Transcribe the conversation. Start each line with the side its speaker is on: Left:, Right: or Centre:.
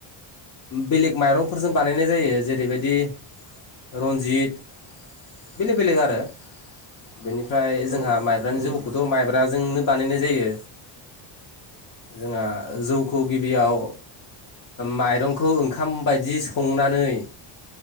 Left: बेलेग माइरंफोरजों बानायनाय जायो जेरैबायदि रन्जित बेलेक बेलेग आरो। बेनिफ्राय
Right: औ
Left: जोंहा
Right: औ
Left: माइब्रानि
Right: नंगौ
Left: जौखौथ'
Right: नोंथां
Left: माइब्राजोंनो बानायनाय जायो। जोंहा जौखौ गिबियाव माइरं ओंखाम बायदि संनानै।